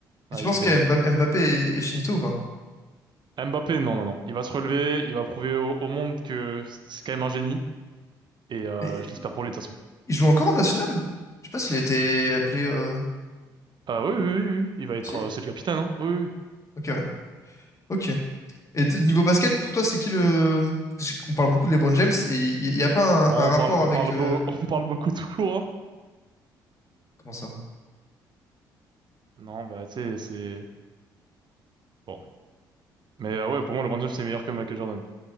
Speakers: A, on the right; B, on the left.
A: Ah,
B: Et tu penses
A: ils étaient
B: que
A: bons.
B: Mba- Mbappé est, est finito ou pas?
A: Mbappé, non, non, non. Il va se relever, il va prouver au, au monde que c'est c'est quand même un génie, et euh,
B: Et
A: je l'espère pour lui de toute façon.
B: il joue encore en national? Je sais pas s'il a été appelé. euh,
A: Ah oui, oui, oui, oui, oui. il va être...
B: Si?
A: euh, c'est le capitaine, hein? Oui, oui. oui.
B: Ok, ouais. Ok. Et t- niveau basket, pour toi, c'est qui le... Je sais qu'on parle beaucoup de LeBron James, et il n'y a pas
A: Bon,
B: un, un rapport
A: on parle, on
B: avec...
A: parle,
B: euh,
A: beau, <laughs> on parle beaucoup tout court, hein.
B: Comment ça?
A: Non, bah, tu sais, c'est... Bon. Mais euh, ouais, pour moi, LeBron James, c'est meilleur que Michael Jordan.